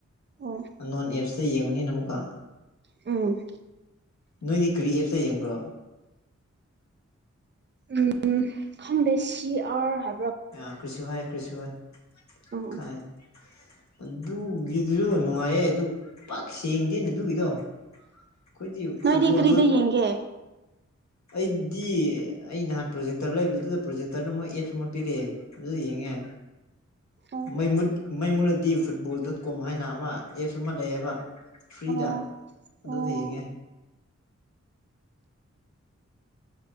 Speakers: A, on the right; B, on the left.
A: ꯑꯣ
B: ꯑꯟꯅꯣꯟ ꯑꯦꯞꯁꯇ ꯌꯦꯡꯕꯅꯤꯅ ꯑꯃꯨꯛꯀ
A: ꯎꯝ
B: ꯅꯣꯏꯗꯤ ꯀꯔꯤ ꯑꯦꯞꯁꯇ ꯌꯦꯡꯕ꯭ꯔꯣ
A: ꯎꯝ ꯈꯪꯗꯦ ꯁꯤ ꯑꯥꯔ ꯍꯥꯏ
B: ꯑ‌ ꯀ꯭ꯔꯤꯁꯤꯐꯥꯏ ꯀ꯭ꯔꯤꯁꯤꯐꯥꯏ
A: ꯎꯝ ꯎꯝ
B: ꯈꯪꯉꯦ ꯑꯗꯨꯒꯤꯗꯨꯁꯨ ꯅꯨꯡꯉꯥꯏꯌꯦ ꯑꯗꯨ ꯄꯥꯛ ꯁꯦꯡꯗꯦꯅꯦ ꯑꯗꯨꯒꯤꯗꯣ ꯑꯈꯣꯏꯗꯤ
A: ꯅꯣꯏꯗꯤ
B: ꯐꯨꯠꯕꯣꯜꯗꫭ
A: ꯀꯔꯤꯗ ꯌꯦꯡꯒꯦ
B: ꯑꯩꯗꯤ ꯑꯩ ꯅꯍꯥꯟ ꯄ꯭ꯔꯣꯖꯦꯛꯇꯔ ꯂꯩꯕꯗꯨꯗ ꯄ꯭ꯔꯣꯖꯦꯛꯇꯔꯗ ꯃꯣꯏ ꯑꯦꯞ ꯑꯃ ꯄꯤꯔꯛꯑꯦ ꯑꯗꯨꯗ ꯌꯦꯡ ꯉꯦ
A: ꯑꯣ
B: ꯃꯩ ꯃꯨꯠ ꯃꯩ ꯃꯨꯠꯂꯗꯤ ꯐꯨꯠꯕꯣꯜ ꯗꯣꯠ ꯀꯣꯝ ꯍꯥꯏꯅ ꯑꯃ ꯑꯦꯞꯁ ꯑꯃ ꯂꯩꯌꯦꯕ ꯐ꯭ꯔꯤꯗ
A: ꯑꯣ
B: ꯑꯗꯨꯗ
A: ꯑꯣ
B: ꯌꯦꯡꯉꯦ